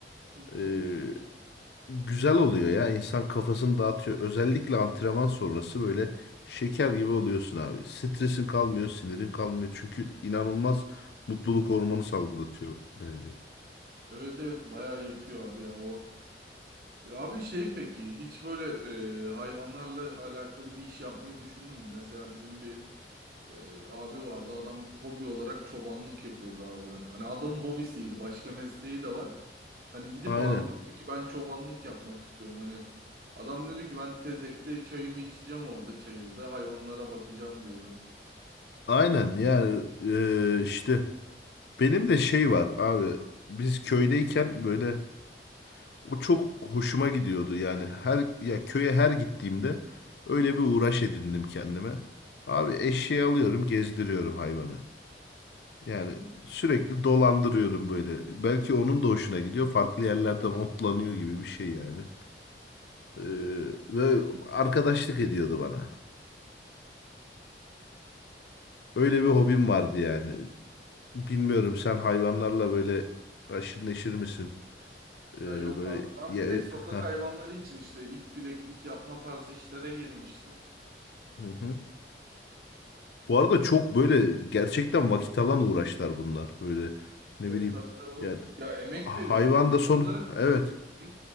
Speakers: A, on the right; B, on the left.
A: Hı hı.
B: Ee, güzel oluyor ya. İnsan kafasını dağıtıyor. Özellikle antrenman sonrası böyle şeker gibi oluyorsun abi. Stresin kalmıyor, sinirin kalmıyor. Çünkü inanılmaz mutluluk hormonu salgılatıyor bence.
A: Evet evet bayağı yapıyor abi ya o. E, Abi şey peki hiç böyle e, hayvanlarla alakalı bir iş yapmayı düşündün mü? Mesela bizim bir e, abi vardı. Adam hobi olarak çobanlık yapıyordu abi. Hani adamın hobisiydi. Başka mesleği de var. Hani gidip
B: Aynen.
A: abi diyordu ki ben çobanlık yapmak istiyorum. Hani adam diyordu ki ben tezekte çayımı içeceğim orada çayırda hayvanlara bakacağım diyordu.
B: Aynen yani e, işte. Benim de şey var abi biz köydeyken böyle o çok hoşuma gidiyordu yani her ya köye her gittiğimde öyle bir uğraş edindim kendime. Abi eşeği
A: Heh.
B: alıyorum gezdiriyorum hayvanı. Yani
A: Hı.
B: sürekli dolandırıyorum böyle. Belki onun da hoşuna gidiyor. Farklı yerlerden otlanıyor gibi bir şey yani. Ee, ve arkadaşlık ediyordu bana. Öyle bir hobim vardı yani. Bilmiyorum sen hayvanlarla böyle aşırı neşir misin? Ee,
A: Ya yok
B: böyle
A: abi. Ben
B: ya,
A: bir tek sokak
B: heh.
A: hayvanları için işte ip bileklik yapma tarzı işlere girmiştim.
B: Hı hı. Bu arada çok böyle gerçekten vakit alan uğraşlar bunlar. Böyle ne
A: E,
B: bileyim
A: tabii tabii.
B: yani
A: Ya emek
B: hayvan
A: veriyorsun yani.
B: da son
A: Onları
B: evet
A: Hı?